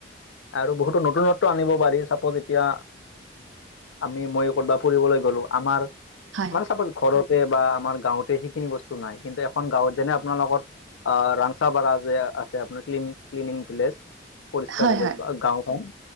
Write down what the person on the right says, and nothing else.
হয়
হয়
হয়